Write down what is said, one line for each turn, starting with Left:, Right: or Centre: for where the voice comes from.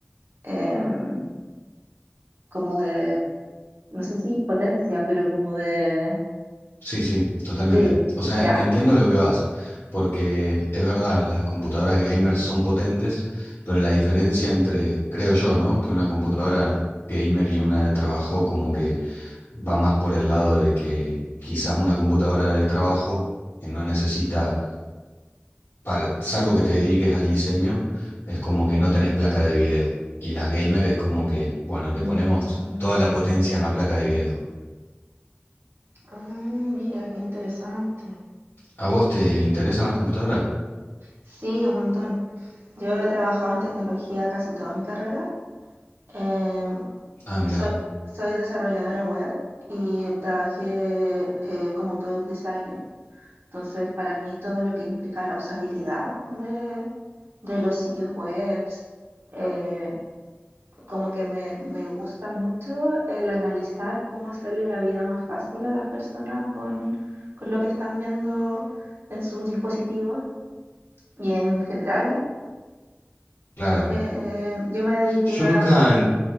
Right: em, como de, no sé si potencia, pero como de,
Left: Sí, sí, totalmente.
Right: sí,
Left: O sea,
Right: ya.
Left: entiendo lo que vas, porque es verdad, las computadoras gamer son potentes, pero la diferencia entre, creo yo, ¿no? Que una computadora gamer y una de trabajo como que va más por el lado de que quizás una computadora de trabajo que no necesita, para- salvo que te dediques al diseño, es como que no tenés placa de video. Y las gamer es como que, bueno, le
Right: Mm,
Left: ponemos toda la potencia en la placa de video.
Right: ah, mira, qué interesante.
Left: ¿A vos te interesan las computadoras?
Right: Sí, un montón. Yo he trabajado en tecnología casi toda mi carrera. Em,
Left: Ah, mira.
Right: soy, soy desarrolladora web y trabajé eh, como product designer. Entonces, para mí todo lo que implica la usabilidad de, de los sitios web, eh, como que me, me gusta mucho el analizar cómo hacerle la vida más fácil a las personas con, con lo que están viendo en sus dispositivos. Y en general,
Left: Claro.
Right: eh, yo me dediqué
Left: Yo
Right: a...
Left: nunca... en-